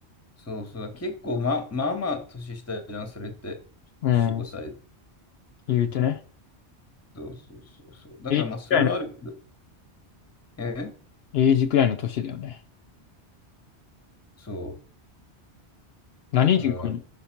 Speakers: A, on the left (about 15°); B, on the left (about 70°).
A: そうそう。結構ま、まあまあ年下じゃん、それって。
B: うん。
A: 4、5歳。
B: 言うてね。
A: そうそうそうそう。だからまあそれはあるけど。
B: エイジくらいの、
A: え
B: エイジくらいの年だよね。
A: そ
B: 何人かに
A: う。だから、